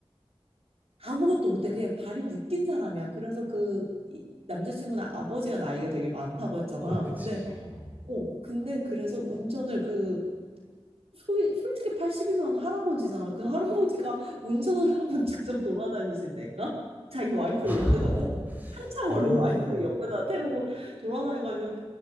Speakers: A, on the right; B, on the right.
A: 아무것도 못해 그냥 발이 묶인 사람이야. 그래서 그 이- 남자친구는 아버지가 나이가 되게 많다고 했잖아.
B: 어, 그치.
A: 근데
B: 어,
A: 어 근데 그래서 운전을 그 소위 솔직히 80이면 할아버지잖아. 그 할아버지가 <laughs> 운전을 하고 직접 돌아다니신다니까? 자기 와이프를
B: 어. <laughs>
A: 옆에다
B: 어,
A: 태 한참
B: 이거
A: 어린 와이프를 옆에다 태우고 돌아다녀가지고